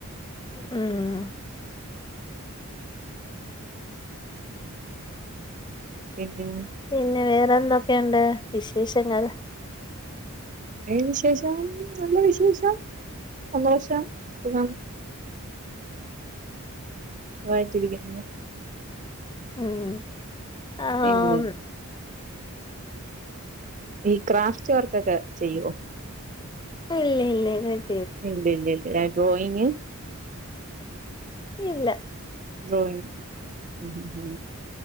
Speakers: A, on the left; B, on the right.
A: ഉം
B: ഉഉം
A: പിന്നെ വേറെ എന്തൊക്കെയുണ്ട് വിശേഷങ്ങൾ
B: വിശേഷം നല്ല വിശേഷം സന്തോഷം <unintelligible> ഉ വായിട്ടിരിക്കരുന്നു
A: ഉ ഉം ആ ഹാ
B: പിന്നെ
A: ആം
B: ഈ ക്രാഫ്റ്റ് വർക്കൊക്കെ ചെയ്യോ
A: ഇല്ലില്ലി ഇത്‌
B: ഇല്ലി ല്ലി ല്ലി ആ ഡ്രോയിങ്
A: ഇല്ല
B: ഡ്രോയിങ് മുമ്മ്